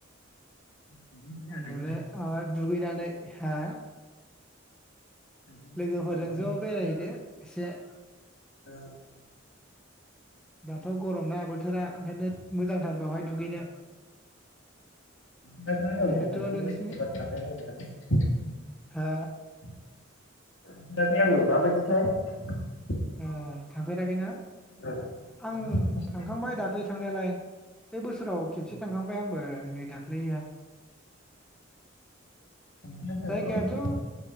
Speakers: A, on the left; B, in the centre.
A: दुगैहैनो नागिरदोंमोन
B: उन्दुनो माबा दुगैनानै हा
A: दुगैनो
B: लोगोफोरजों
A: थांनो नागिरदोंमोन
B: ज' बेरायहैदो एसे
A: औ
B: दाथ' गरम ना बोथोरा
A: लोगोफोरजों
B: ओंखायनो मोजांथार बेवहाय
A: औ
B: दुगैनो
A: <unintelligible>
B: ओरैनोथ' नोंसिनि हो ओ थांफेराखैना
A: औ ओहो
B: आं
A: फार्स्ट
B: थांखांबाय
A: टाइम थांनो
B: दाखलि थांनायालाय बे बोसोराव
A: नागिरदों
B: खेबसे थांखांबाय आंबो नै दाखख्लै ओ
A: थांफेराखै
B: जायगायाथ'
A: आं माबायदिथाय